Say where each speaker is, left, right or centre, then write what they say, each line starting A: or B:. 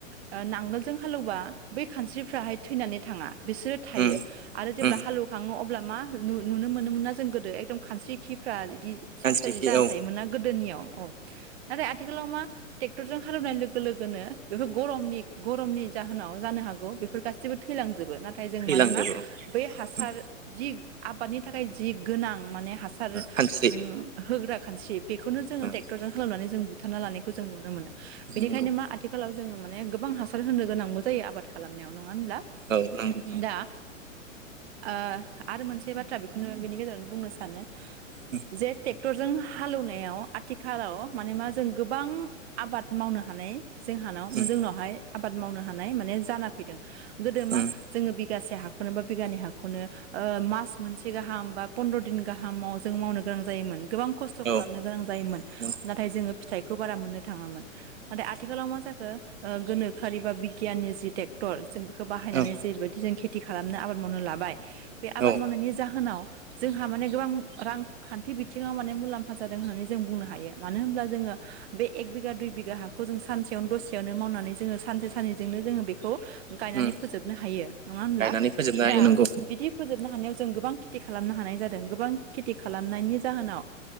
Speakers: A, on the right; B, on the right.
A: ओ नांगोलजों हालौवबा बै खानस्रिफ्राहाय थैनानै थाङा बिसोरो थायो
B: उम
A: आरो जेब्ला
B: उम
A: हालौवखाङो अ अब्ला मान नु नुनो मोनोमोना जों गोदो एकदम खानस्रि खिफ्रा बिदि फिसा
B: खानस्रिखि
A: फिसा जि जाना
B: औ
A: थायोमोन ना गोदोनियाव औ नाथाय आथिखालाव मा टेक्टरजों हालेवनाय लोगो लोगोनो बेफोर गरमनि गरमनि जाहोनाव जानो हागौ बेफोर गासिबो थैलांजोबो ना नाथाय जों
B: थैलांजोबो
A: माने मा बै हासार
B: ओ
A: जि आबादनि थाखाय जि गोनां। माने हासार ओम
B: खानस्रि
A: होग्रा खानस्रि बेखौनो जोङो
B: ओ
A: टेक्टरजों हालौनानै जों बुथारना लानाय खौ जों नुनो मोनो? बेनिखायनो
B: नंगौ
A: मा आथिखालाव जों माने गोबां हासार होनो गोनांबो जायो आबाद खालामनायाव, नङा मानो होनब्ला?
B: औ नंगौ
A: दा ओ आरो मोनसे बे बाथ्रा बेखौनो बिनि गेजेरावनो बुंनो सानो।
B: उम
A: जेयाइटेक ट्रेक्टरजों हालेवनायाव, आथिखालाव माने मा जों गोबां आबाद मावनो हानाय जोंहानाव
B: उम
A: जोंनावहाय। आबाद मावनो हानाय माने जाना फैदों। गोदो मा
B: उम
A: जोङो बे गासे हाखौनो बा बिघानै हाखौनो ओ मास मोनसे गाहाम बा पन्द्र' दिन गाहामाव जों मावनो गोनां जायोमोन। गोबां खस्थ' खालामनो
B: औ
A: गोनां जायोमोन,
B: उम
A: नाथाय जोङो फिथाइखौ बारा मोननो थाङामोन। नाथाय आथिखालाव मा जाखो? ओ गोनोखोआरि बा बिगियाननि जि ट्रेक्टर जों बि खो बाहायनानै
B: औ
A: जेरैबायदि जों खे खेथि खालामनो आबाद मावनो लाबाय। बे आबाद
B: औ
A: मावनायनि जाहोनाव जोंहा माने गोबां रांखान्थि बिथिङाव माने मुलाम्फा जादों होननानै जों बुंनो हायो। मानो होमब्ला जोङो बे एक बिघा दुइ बि घा हाखौ जों सानसेयावनो दसेयावनो मावनानै जोङो सानसे सानैजोंनो जोङो बेखौ गायनानै
B: उम
A: फोजोबनो हायो, नङा होमब्ला?
B: गायनानै फोजोबनो हायो
A: दा
B: नंगौ
A: बिदि फोजोबनो हानायाव गोबां खेथि खालामनो हानाय जादों, गोबां खेथि खालामनायनि जाहोनाव